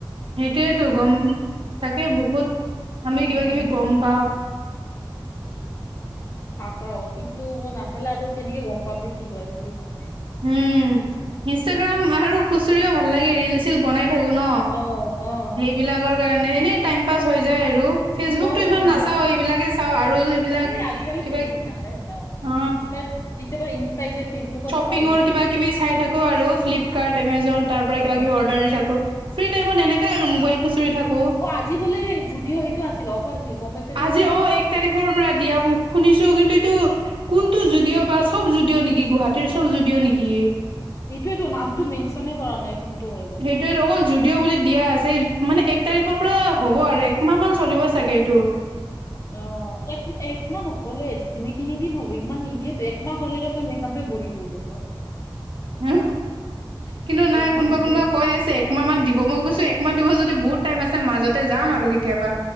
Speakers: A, on the right (about 80°); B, on the left (about 35°).
A: সেইটোয়েতো গম তাকে বহুত আমি
B: উম,
A: কিবা কিবি গম পাওঁ।
B: চাও কিন্তু নাচালে আৰু কেনেকে গম পাম যে কি হৈ আছে কি হোৱা নাই।
A: উম ইনষ্টাগ্ৰাম আৰু খুচৰিও ভাল লাগে ৰিল চল বনাই। ন
B: অ', অ',
A: সেইবিলাক কাৰণে। এনে টাইম পাছ হৈ যায় আৰু ফেচবুক
B: মইতো
A: টো ইমান নাচাও
B: ম
A: এইবিলাকে চাওঁ আৰু। এইবিলাক
B: এই আজিকালি
A: কিবা
B: ফেচবুক নাচায় ইমান মানুহে
A: অ
B: ইনষ্টা য পাৰে ইনষ্টা হিাপে ফেচবুকত। ভাওৱে
A: শিঙৰ
B: নিদিয়ে
A: কিব
B: আৰু
A: কিবি চাই থাকো আৰু ফ্লিপকাৰ্ট এমজন তাৰ পৰা
B: অ'
A: কিবা কিবি অৰ্ডাৰ দি থাকো। ফ্ৰী টাইমত এনেকে আৰু মবাইল খুচৰি থাকো।
B: অ' আজি বোলে জুডিঅ' সেইটো আছিল অফাৰ আছিল গম পাইছা নে
A: আজি
B: নাই তুমি
A: অ এক তাৰিখৰ পৰা দিয়াব শুনি। ছো কিন্তু এইটো কোনটো যুদিঅ বা চব যুদিও নেকি গুৱাহাটীৰ চব যুদিও নেকি।
B: সেইটোয়ো নামটো মেনচনে কৰা নাই। কোনটো হয় বুলি
A: সেইটোটো অকল যুদিও বুলি দিয়া আছে মানে। তাৰিখৰ পৰা হ'ব আৰু একমাহ মান চলিব চাগাড়ীটো।
B: অ এক একমানচলে দুই তিনিদিন হ'ব ইমান নি। সহেতু একমাহ হ'ল ৰচোন সখতেে গূৰি পৰি যব।
A: অ কিন্তু নাই
B: একমাহ
A: কোনোবা
B: নিদিয়ে
A: কোনোবা কৈ আছে একমাহ মান দিব মই গৈছো একমাহ দিব যদি। বহুত টাইম আছে মাজতে যাম আৰু কেতিয়াবা।